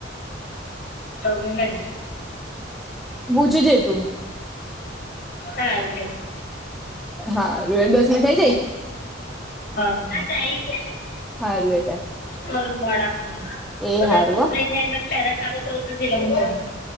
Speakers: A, on the left (about 55°); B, in the centre.
A: તમે હેડ
B: પૂછ જ તું
A: હારુ હેડ
B: હા, રેડ દસ મી થઇ જાય.
A: હા, માતા આઈ ગયાં
B: હારું એટલે
A: કરું મોડા ફોન
B: એ
A: પણ
B: હારું
A: તું તાર
B: હો.
A: ફ્રી થઈને મને પેલા સાદો કોલકા જિલ્લામાં મૂકવાના છે.